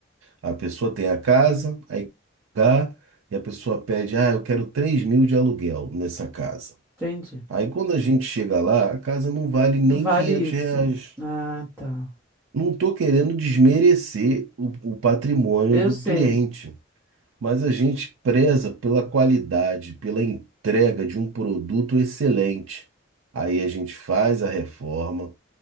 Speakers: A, on the right (about 80°); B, on the right (about 15°).
A: A pessoa tem a casa, aí cá, e a pessoa pede, ah, eu quero 3 mil de aluguel nessa casa.
B: entendi.
A: Aí quando a gente chega lá, a casa não vale nem
B: Não vale
A: 500
B: isso.
A: reais.
B: Ah, tá.
A: Não estou querendo desmerecer o, o patrimônio
B: Eu
A: do
B: sei.
A: cliente, mas a gente preza pela qualidade, pela entrega de um produto excelente. Aí a gente faz a reforma,